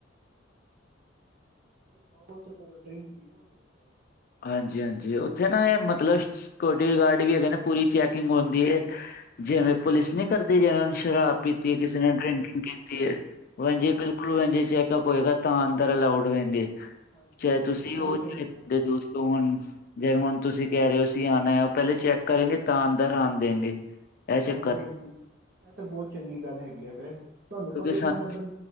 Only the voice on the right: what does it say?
ਪਾਓ ਤੇ ਕੋਲਡ ਡਰਿੰਕ ਪੀਓ, ਹੋ ਜਾਓ
ਹਾਂਜੀ
ਹਾਂਜੀ
ਹਾਂਜੀ
ਹਾਂਜੀ
ਹਾਂਜੀ
ਹਾਂਜੀ
ਹਾਂਜੀ
ਇਹ ਤਾਂ ਬਹੁਤ
ਚੰਗੀ
ਗੱਲ ਹੈਗੀ
ਆ
ਹਾਂਜੀ-ਹਾਂਜੀ, ਇਹ ਤਾਂ ਬਹੁਤ ਚੰਗੀ ਗੱਲ ਹੈਗੀ ਆ ਤੇ। ਤੁਹਾਨੂੰ ਪਤਾ
ਹੀ ਹੋਣਾ ਬੰ